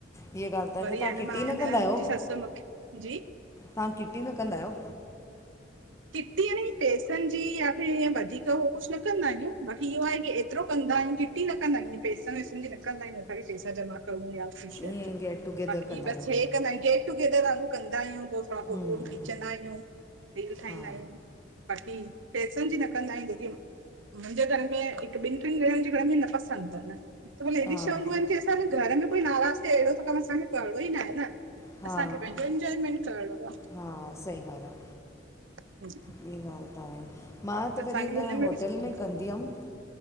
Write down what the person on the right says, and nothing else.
वरी
आहे
मां
मुंहिंजी ससु मूंखे जी
किटी याने पैसनि जी यां फिर इय वधीक हो कुछ न कंदा आहियूं बाक़ी इह्यो आहे की ए एतिरो कंदा आहियूं किटी न कंदा आहियूं पैसनि वैसनि जी न कंदा आहियूं असां कि पैसा जमा करूं या कुछु
बाक़ी
बसि हे कंदायूं गेट- टुगेदर वांॻुर कंदा आहियूं पो थोड़ा
फ़ोटु-वोटु खीचंदा आहियूं। रील ठाहींदा
आहियूं बाक़ी पैसनि जी न कंदा आहियूं जोकी मुंहिंजे घर में हिकु ॿिनि ट्रिनि ॼणनि जी घर में न पसंदि तन हिते मतलब लेडीस
चवंदियूं
आहिनि की असांजे घर में कोई नाराज़ थिए अहिड़ो त कमु असांखे करिणो ई ना आहे न।
असांखे पंहिंजो एंजॉयमेंट करणो आ।
आहे
असांखे
बि सुठो
लॻो।